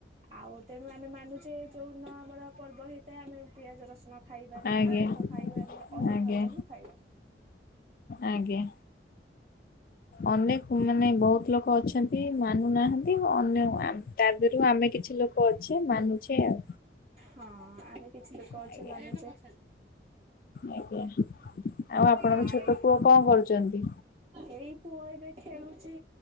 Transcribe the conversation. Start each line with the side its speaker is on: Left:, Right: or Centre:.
Right: ଆଉ ତେଣୁ ଆମେ ମାନୁଛେ। ଯୋଉ ଦିନ ଆମର ପର୍ବ ହେଇଥାଏ ଆମେ ପିଆଜ ରସୁଣ ଖାଇବାନି।
Left: ଆଜ୍ଞା
Right: ଆମିଷ ଖାଇବାନି। ଅରୁଆ
Left: ଆଜ୍ଞା
Right: ଭାତ ହିଁ ଖାଇବା।
Left: ଆଜ୍ଞା। ଅନେକ ମାନେ ବହୁତ ଲୋକ ଅଛନ୍ତି ମାନୁନାହାନ୍ତି। ଅନ୍ୟ ଆମେ ତା ଦେହରୁ ଆମେ କ କିଛି ଲୋକ ଅଛେ ମାନୁଛେ ଆଉ।
Right: ହଁ ଆମେ କିଛି ଲୋକ ଅଛେ
Left: ଆଜ୍ଞା
Right: ମାନୁଛେ।
Left: ଆଜ୍ଞା। ଆଉ ଆପଣଙ୍କ
Right: ଆଉ
Left: ଛୋଟ ପୁଅ କଣ କରୁଛନ୍ତି?
Right: ଏଇ ପୁଅ ଏବେ ଖେଳୁଛି।